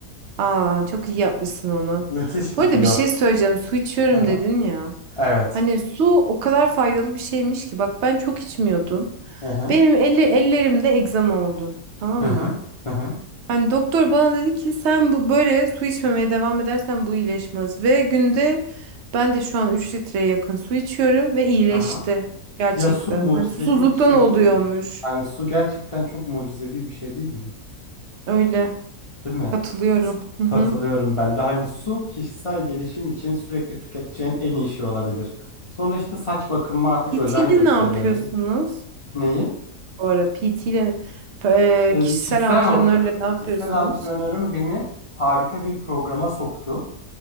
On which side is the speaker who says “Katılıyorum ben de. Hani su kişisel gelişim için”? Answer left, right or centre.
Left